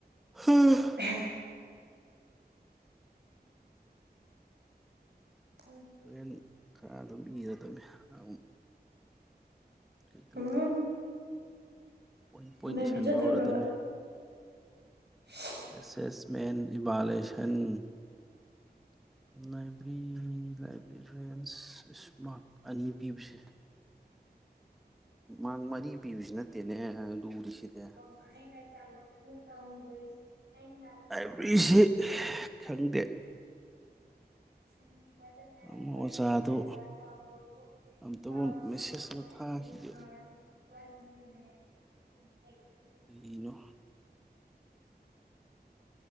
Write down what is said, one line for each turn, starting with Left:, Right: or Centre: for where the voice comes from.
Centre: ꯍꯝ
Right: ꯍꯥ ꯀ
Centre: ꯍꯣꯔꯦꯟ ꯈꯔ ꯑꯗꯨꯝ ꯏꯔꯗꯝꯃꯤ ꯑꯗꯨꯝ ꯀꯩꯗꯧꯕ
Right: ꯎꯝ
Centre: ꯄꯣꯏꯟ ꯄꯣꯏꯟ
Right: ꯂꯥꯏꯕ꯭ꯔꯤ ꯆꯠꯇ꯭ꯔꯕ꯭ꯔꯕ
Centre: ꯏꯟꯕ ꯍꯧꯔꯗꯝꯃꯤ
Right: <inaudible>
Centre: ꯑꯦꯁꯦꯁꯃꯦꯟ ꯏꯚꯂꯦꯁꯟꯥꯏꯕ꯭ꯔꯤ ꯂꯥꯏꯐ ꯔꯦꯟꯁ ꯏꯁꯃꯣꯜ ꯑꯅꯤ ꯄꯤꯕꯁꯦ ꯃꯥꯡ ꯃꯔꯤ ꯄꯤꯕꯁꯨ ꯅꯠꯇꯦꯅꯦ ꯂꯨꯔꯤꯁꯤꯗꯤ
Right: ꯆꯥꯏ
Centre: ꯂꯥꯏꯕ꯭ꯔꯤꯁꯤ ꯈꯪꯗꯦ
Right: ꯎꯝ
Centre: ꯑꯃ ꯑꯣꯖꯥꯗꯨ
Right: ꯃ
Centre: ꯑꯝꯇꯕꯨ ꯃꯦꯁꯦꯖ
Right: ꯌꯥ
Centre: ꯑꯃ ꯊꯥꯈꯤꯒꯦ
Right: ꯄ
Centre: ꯀꯗꯒꯤꯅꯣ